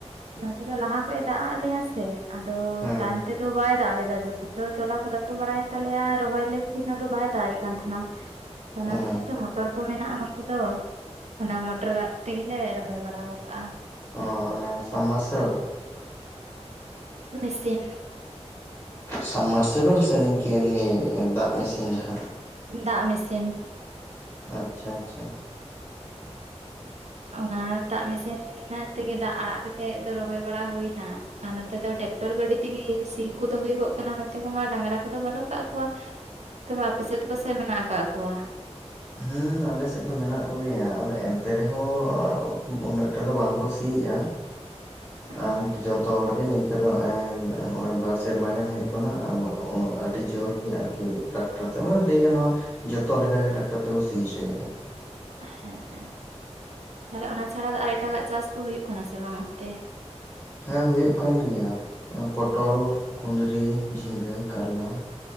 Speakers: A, on the right; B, on the left.
A: <unintelligible> ᱱᱚᱛᱮ ᱫᱚ ᱞᱟᱦᱟ ᱠᱷᱚᱡ ᱮ ᱫᱟᱜ ᱟᱫ ᱞᱮᱭᱟ ᱥᱮ ᱟᱫᱚ
B: ᱦᱮᱸ
A: ᱛᱟᱭᱚᱢ ᱛᱮᱫᱚ ᱵᱟᱭ ᱫᱟᱜ ᱞᱮᱫᱟ ᱡᱚᱠᱷᱚᱱ ᱫᱚ ᱛᱚᱞᱟ ᱠᱚ ᱵᱟᱲᱟᱭᱮᱱ ᱛᱟᱞᱮᱭᱟ ᱨᱚᱦᱚᱭ ᱚᱱᱟ ᱫᱚ ᱵᱟᱭ ᱫᱟᱜ ᱮᱫ ᱠᱟᱱ ᱛᱟᱦᱮᱱᱟ ᱚᱱᱟ
B: ᱚ
A: ᱠᱷᱟᱹᱛᱤᱨ ᱛᱮ ᱢᱚᱴᱚᱨ ᱠᱚ ᱢᱮᱱᱟᱜᱼᱟ ᱱᱚᱛᱮ ᱫᱚ ᱚᱱᱟ ᱢᱚᱴᱚᱨ ᱫᱟᱜ ᱛᱮᱜᱮᱞᱮ ᱨᱚᱦᱚᱭ ᱵᱟᱲᱟ ᱟᱠᱟᱜᱼᱟ᱾
B: ᱚ ᱚᱱᱮ ᱥᱟᱵᱽ ᱢᱟᱨᱟᱨᱥᱮᱞ
A: ᱢᱮᱥᱤᱱ
B: ᱥᱟᱵᱢᱟᱨᱥᱤᱵᱮᱞ ᱥᱮ ᱱᱤᱝᱠᱟᱹ ᱮᱢᱱᱤ ᱫᱟᱜ ᱢᱮᱥᱤᱱ ᱡᱟᱦᱟᱸ
A: ᱫᱟᱜ ᱢᱮᱥᱤᱱ
B: ᱟᱪᱪᱷᱟ ᱟᱪᱪᱷᱟ
A: ᱚᱱᱟ ᱫᱟᱜ ᱢᱮᱥᱤᱱ ᱛᱮᱜᱮ ᱫᱟᱜ ᱟᱲᱟᱜ ᱠᱟᱛᱮᱫ ᱫᱚ ᱨᱚᱦᱚᱭ ᱵᱟᱲᱟ ᱦᱩᱭ ᱮᱱᱟ᱾ ᱟᱨ ᱱᱚᱛᱮ ᱫᱚ ᱴᱨᱟᱠᱴᱚᱨ ᱜᱟᱹᱰᱤ ᱛᱮᱜᱮ ᱥᱤ ᱠᱚᱫᱚ ᱦᱩᱭᱩᱜᱚᱜ ᱠᱟᱱᱟ ᱱᱚᱛᱮ ᱠᱚᱢᱟ ᱰᱟᱝᱨᱟ ᱠᱚᱫᱚ ᱵᱟᱹᱱᱩᱜ ᱠᱟᱜ ᱠᱚᱣᱟ᱾ ᱛᱚᱵᱮ ᱟᱯᱮᱥᱮᱫ ᱫᱚ ᱯᱟᱥᱮᱡ ᱢᱮᱱᱟᱜ ᱟᱠᱟᱫ ᱠᱚᱣᱟ?
B: ᱦᱮᱸ ᱟᱞᱮᱥᱮᱫ ᱫᱚ ᱢᱮᱱᱟᱜ ᱠᱚᱜᱮᱭᱟ ᱟᱫᱚ ᱮᱱᱛᱮ ᱨᱮᱦᱚᱸ ᱩᱱᱟᱹᱜ ᱴᱟ ᱫᱚ ᱵᱟᱝᱠᱚ ᱥᱤᱭᱮᱫᱼ ᱟ᱾ ᱟᱨ
A: ᱦᱮᱸ
B: ᱡᱚᱛᱚ ᱦᱚᱲᱜᱮ ᱱᱤᱝᱠᱟᱹ ᱫᱚᱜ ᱱᱚᱜᱚᱭ ᱵᱟᱨ ᱥᱮᱨᱢᱟᱟᱜᱟᱱ ᱦᱩᱭᱩᱜ ᱠᱟᱱᱟ ᱟᱹᱰᱤ ᱡᱳᱨ ᱟᱨᱠᱤ ᱴᱟᱠᱴᱟᱨ ᱛᱮ ᱞᱟᱹᱭ ᱜᱟᱱᱚᱜᱼᱟ ᱡᱚᱛᱚ ᱞᱮᱠᱟᱜᱮ ᱴᱟᱠᱴᱟᱨ ᱛᱮᱠᱚ ᱥᱤ ᱦᱚᱪᱚᱭᱮᱫᱼᱟ᱾
A: ᱦᱮᱸ ᱦᱮᱸ ᱛᱟᱦᱚᱞᱮ ᱚᱱᱟ ᱪᱷᱟᱲᱟ ᱫᱚ ᱟᱨ ᱮᱴᱟᱜᱟᱜ ᱪᱟᱥ ᱠᱚ ᱦᱩᱭᱩᱜ ᱠᱟᱱᱟ ᱥᱮ ᱵᱟᱝ ᱚᱱᱛᱮ?
B: ᱦᱮᱸ ᱦᱩᱭᱩᱜ ᱠᱟᱱ ᱜᱮᱭᱟ ᱯᱚᱴᱚᱞ, ᱠᱩᱸᱫᱽᱨᱤ, ᱡᱷᱤᱸᱜᱟᱹ, ᱠᱟᱨᱞᱟ,